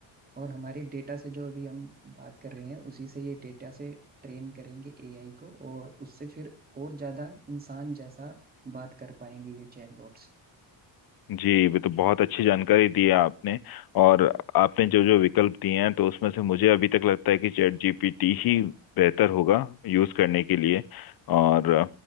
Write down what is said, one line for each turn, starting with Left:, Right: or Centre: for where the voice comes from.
Right: और हमारे डेटा से जो अभी हम बात कर रहे हैं उसी से ये डेटा से ट्रेन करेंगे एआई को और उससे फिर और ज्यादा इंसान जैसा बात कर पाएंगे ये चैटबॉट्स
Left: जी ये तो बहुत अच्छी जानकारी दी है आपने और आपने जो जो विकल्प दिए हैं तो उसमें से मुझे अभी तक लगता है कि चैट जीपीटी ही बेहतर होगा यूज करने के लिए और